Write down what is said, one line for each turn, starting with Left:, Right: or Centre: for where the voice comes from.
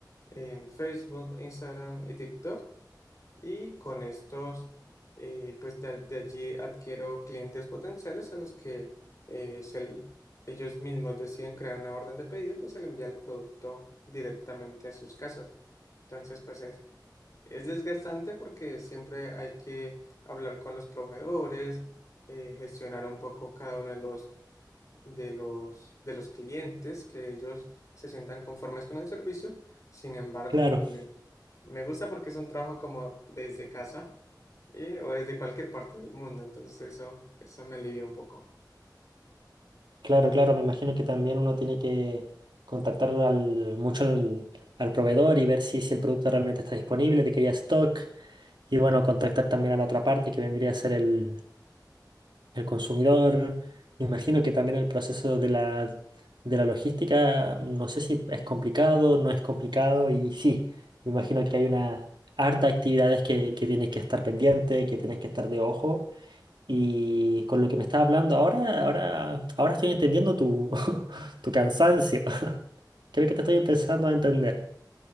Left: en Facebook, Instagram y TikTok. Y con estos, eh, pues de, de allí adquiero clientes potenciales a los que eh, se- ellos mismos deciden crear una orden de pedido, pues se le envía el producto directamente a sus casas. Entonces, pues es, es desgastante porque siempre hay que hablar con los proveedores, eh, gestionar un poco cada uno de los, de los, de los clientes, que ellos se sientan conformes con el servicio. Sin embargo,
Right: Claro,
Left: pues, me gusta porque es un trabajo como desde casa y- o desde cualquier parte del mundo, entonces eso, eso me alivia un poco.
Right: claro, claro. Me imagino que también uno tiene que contactar al, mucho al, al proveedor y ver si, si el producto realmente está disponible, de que haya stock. Y bueno, contactar también a la otra parte que vendría a ser el, el consumidor. Me imagino que también el proceso de la, de la logística, no sé si es complicado, no es complicado. Y sí, me imagino que hay una harta actividades que, que tienes que estar pendiente, que tienes que estar de ojo. Y con lo que me estás hablando ahora, ahora, ahora estoy entendiendo tu, <laughs> tu cansancio. <laughs> Creo que te estoy empezando a entender.